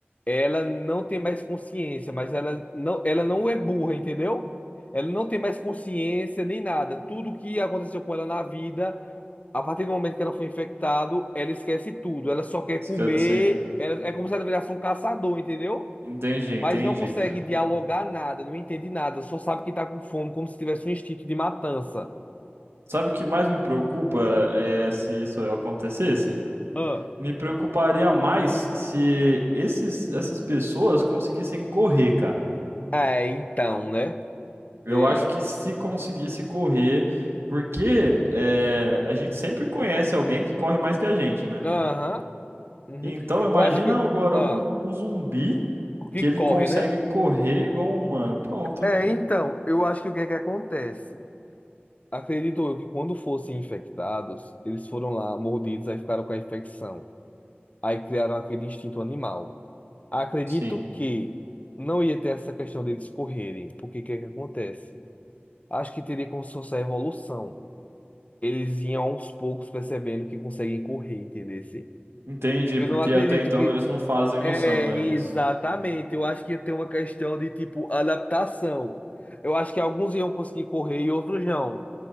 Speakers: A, on the left; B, on the right.
A: ela não tem mais consciência, mas ela não, ela não é burra, entendeu? Ela não tem mais consciência nem nada. Tudo que aconteceu com ela na vida, a partir do momento que ela foi infectada, ela esquece tudo. Ela só quer
B: Esca-
A: comer.
B: Sim,
A: Ela, é como se ela virasse um caçador, entendeu?
B: entendi, entendi.
A: Mas não consegue dialogar nada, não entende nada, só sabe que tá com fome, como se tivesse um instinto de matança.
B: Sabe o que mais me preocupa é se isso acontecesse?
A: Ah.
B: Me preocuparia mais se esses, essas pessoas conseguissem correr, cara.
A: É, então, né?
B: Eu
A: De-
B: acho que se conseguisse correr, porque é, a gente sempre conhece alguém que corre mais que a gente, né?
A: Aham. uhum.
B: Então imagina
A: Eu acho que.
B: agora
A: Ah.
B: um, um zumbi
A: que
B: que ele
A: corre,
B: consegue
A: né?
B: correr igual um humano. Pronto.
A: É, então, eu acho que o que é que acontece? Acredito eu que quando fossem infectados, eles foram lá mordidos, aí ficaram com a infecção. Aí criaram aquele instinto animal. Acredito
B: Sim,
A: que não ia ter essa questão deles correrem, porque o que é que acontece? Acho que teria como se fosse a evolução. Eles iam aos poucos percebendo que conseguem correr, entendeu?
B: entendi,
A: Eu
B: porque
A: não acredito
B: até então
A: que
B: eles não fazem
A: É,
B: noção, né,
A: exatamente.
B: disso.
A: Eu acho que tem uma questão de, tipo, adaptação. Eu acho que alguns iam conseguir correr e outros não.